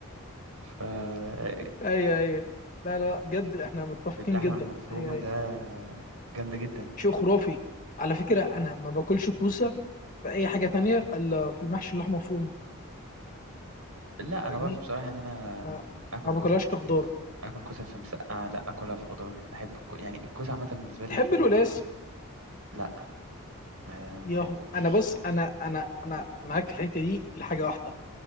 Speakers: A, on the right; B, on the left.
A: فالكوسه
B: ايوه ايوه لا لا لا، بجد احنا متفقين
A: باللحمه
B: جدا
A: المفرومه
B: ايوه ايوه
A: ده جامده جدا
B: شيء خرافي على فكره انا ما باكلش كوسه في اي حاجه تانية الا في المحشي اللحمه مفرومه
A: لا انا
B: فاهمني
A: برضو بصراحه ان انا
B: ما,
A: اكل
B: ما
A: كوسه
B: باكلهاش
A: في
B: كخضار
A: اكل كوسه في مسقعه لا اكلها في خضار احب الكو... يعني الكوسه عامه بالنسبه لي
B: تحب الولاس
A: لا ما بحبوش
B: يا انا بص انا انا انا معاك في الحته دي لحاجه واحده